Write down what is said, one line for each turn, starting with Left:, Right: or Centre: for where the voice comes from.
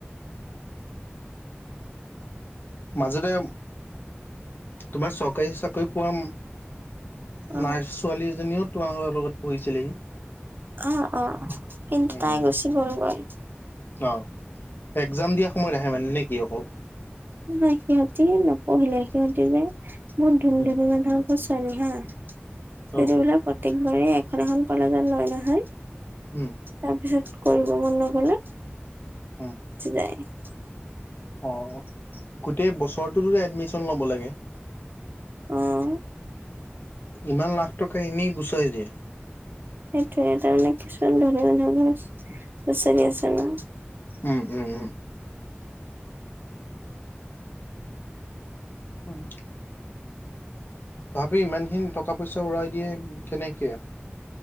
Left: মাজতে তোমাৰ চৰকাৰী চাকৰি পোৱা
Right: অ
Left: নাৰ্ছ ছোৱালী এজনীও তোমালোকৰ লগত পঢ়িছিলেহি।
Right: অ', অ', অ', কিন্তু
Left: উম
Right: তাই গুচি গ'লগৈ।
Left: অ', একজাম দিয়া সময়ত আহে মানে নেকি অকল?
Right: নাই, সিহঁতি নপঢ়িলে সিহঁতি যে মোৰ ধনী-
Left: উম,
Right: ধনী মানুহৰ ঘৰৰ ছোৱালী হা, সিহঁতে
Left: অ
Right: প্ৰত্যেকবাৰেই এখন, এখন কলেজত লয় নহয়
Left: উম।
Right: তাৰপিছত কৰিব মন নগ'লে
Left: উম।
Right: <inaudible>
Left: অ', গোটেই বছৰটোতো এডমিশ্যন ল'ব লাগে?
Right: অহ।
Left: ইমান লাখ টকা এনেই গুচাই দিয়ে!
Right: সেইটোয়ে তাৰমানে কিছুমান ধনী মানুহৰ লচাৱালী আছে ন!
Left: উম, উম, উম। <inaudible> তথাপি ইমানখিন টকা- পইচা উৰাই দিয়ে কেনেকে?